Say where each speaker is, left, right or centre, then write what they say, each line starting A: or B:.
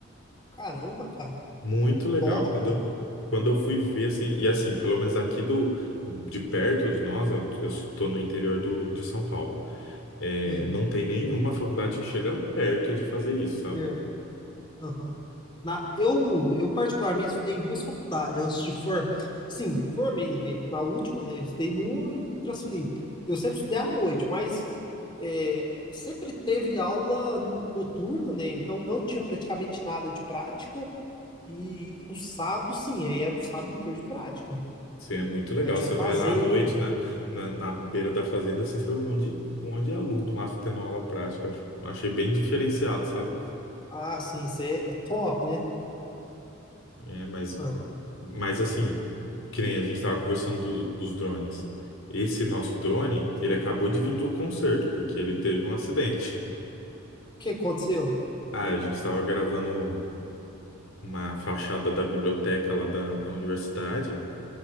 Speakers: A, on the left; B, on the left.
A: Caramba, cara.
B: Muito legal.
A: Top.
B: Quando eu, quando eu fui ver, assim, e assim, pelo menos aqui do, de perto de nós, eu eu estou no interior do, de São Paulo. É,
A: Sei.
B: não tem nenhuma faculdade que chega perto de fazer isso, sabe?
A: Certo. Aham. Na, eu, eu particularmente estudei em duas faculdades antes de for, sim, formei, né? Na última, né? Eu estudei numa e transferi. Eu sempre estudei à noite, mas é, sempre teve aula noturna, né? Então não tinha praticamente nada de prática E, e no sábado, sim, aí era o sábado inteiro de prática.
B: Assim, é muito legal.
A: Aí tinha
B: Você
A: fazenda.
B: vai lá à noite na, na, na beira da fazenda, assim, você vê um monte de, um monte de aluno lá tendo aula prática. Eu acho- achei bem diferenciado, sabe?
A: Ah, sim, isso é, é top, né?
B: É, mas,
A: Aham. O
B: mas assim, que nem a gente estava conversando do- dos drones. Esse nosso drone, ele acabou de vir do concerto, porque ele teve um acidente.
A: que aconteceu?
B: Ah, a gente estava gravando uma fachada da biblioteca lá da, da universidade.